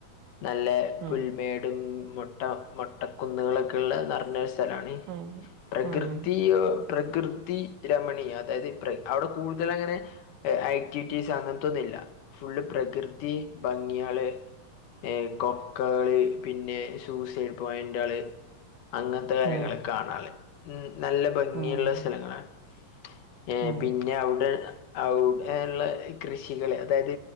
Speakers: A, on the left; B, on the right.
A: നല്ല
B: ആഹ്
A: പുൽമേടും, മൊട്ട മൊട്ടക്കുന്നുകളൊക്കെള്ള നെറഞ്ഞ ഒരു സ്ഥ <unintelligible>
B: ആഹ്
A: പ്രകൃതിയോ
B: ആഹ്
A: പ്രകൃതി രമണീയ അതായത് പ്ര അവിടെ കൂടുതലങ്ങനെ ആക്ടിവിറ്റീസ് അങ്ങൻത്തൊന്നില്ല ഫുള്ള് പ്രകൃതി ഭംഗിയാള് ഏയ് കൊക്കേള് പിന്നെ സൂയ്സൈഡ് പോയിന്റാള് അങ്ങൻത്തെ കാര്യങ്ങളെ
B: ആഹ്
A: കാണാള്ളെ ഉം നല്ല ഭംഗിയുള്ള
B: ആഹ്
A: സ്ഥലങ്ങളാണ് ഏ
B: ആഹ്
A: പിന്നെ അവ്ടെ അവ്ടേള്ള കൃഷികള് അതായത്